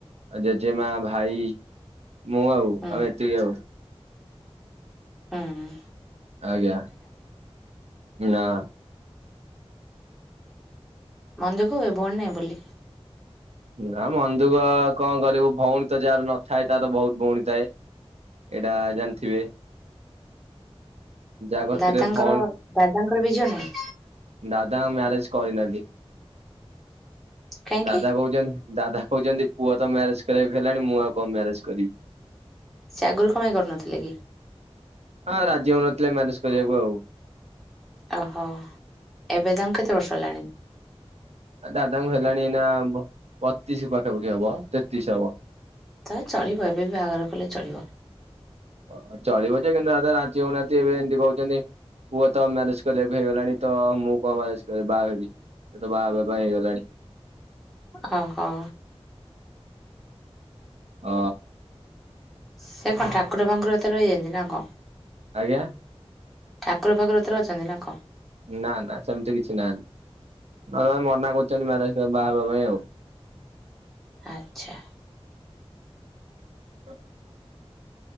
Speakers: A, on the right; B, in the centre.
A: ଆ ଜେଜେମା ଭାଇ ମୁଁ ଆଉ
B: ହୁଁ
A: ଆମେ ଏତିକି ଆଉ।
B: ଉଁ ଉଁ।
A: ଆଜ୍ଞା ନାଁ।
B: ମନ୍ ଦୁଖ ହୁଏ ଭଉଣୀ ନାହିଁ ବୋଲି?
A: ନା ମନ୍ଦୁକ କଣ କରିବୁ ଭଉଣୀ ତ ଯାହାର ନଥାଏ ତାର ବଉତ୍ ଭଉଣୀ ଥାଏ। ଏଇଟା ଜାଣିଥିବେ। ଯାହା କତିରେ
B: ଦାଦାଙ୍କର
A: ଭଉଣୀ
B: ଦାଦାଙ୍କର ବି ଝିଅ ନାଇଁ?
A: ଦାଦାଙ୍କ ମ୍ୟାରେଜ କରିନାହାନ୍ତି।
B: କାହିଁକି
A: ଦାଦା କହୁଛନ୍ ଦାଦା କହୁଛନ୍ତି ପୁଅ ତ ମ୍ୟାରେଜ କରିବାକୁ ହେଲାଣି ମୁଁ ଆଉ କଣ ମ୍ୟାରେଜ କରିବି?
B: ସେ ଆଗରୁ କଁପାଇଁ କରୁନଥିଲେ କି?
A: ହଁ ରାଜି ହଉନଥିଲେ ମ୍ୟାରେଜ କରିବାକୁ ଆଉ।
B: ଓହୋ ଏବେ ତାଙ୍କୁ କେତେ ବର୍ଷ ହେଲାଣି?
A: ଦାଦାଙ୍କୁ ହେଲାଣି ଏଇନା ବତିଶି ପାଖାପାଖି ହବ ତେତିଶି ହବ।
B: ତ ଚଳିବ ଏବେ ବି ବାହାଘର କଲେ ଚଳିବ।
A: ଓ ଚଳିବ ଜେ କିନ୍ତୁ ଦାଧା ରାଜି ହଉନାହାନ୍ତି ଏବେ ଏମିତି କହୁଛନ୍ତି। ପୁଅ ତ ମ୍ୟାରେଜ କରିବାକୁ ହେଇଗଲାଣି ତ ମୁଁ କଣ ମ୍ୟାରେଜ କରିବି ବାହା ହେବି। ହେ ତ ବାହାହବା ପାଇଁ ହେଇଗଲାଣି।
B: ହ ହୋ।
A: ଅ
B: ସେ କଣ ଠାକୁର ଫାଙ୍କୁର ଏତେ ରହିଯାନ୍ତି ନା କ?
A: ଆଜ୍ଞା?
B: ଠାକୁର ଫାକୁର ଥିରେ ଅଛନ୍ତି ନା କ?
A: ନା ନା ସେମିତି କିଛି ନାହାନ୍ତି ଦାଦା ମନା କରୁଛନ୍ତି ମ୍ୟାରେଜ ପାଇଁ ବାହା ହବା ପାଇଁ ଆଉ।
B: ଆଚ୍ଛା।
A: <inaudible>